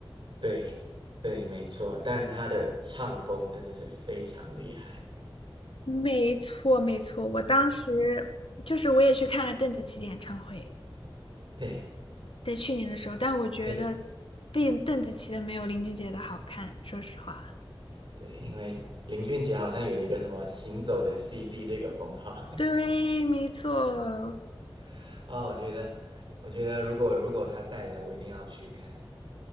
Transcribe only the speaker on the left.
没错，没错，我当时就是我也去看了邓紫棋的演唱会，
在去年的时候，但我觉得
邓邓紫棋的没有林俊杰的好看，说实话。
对，没错，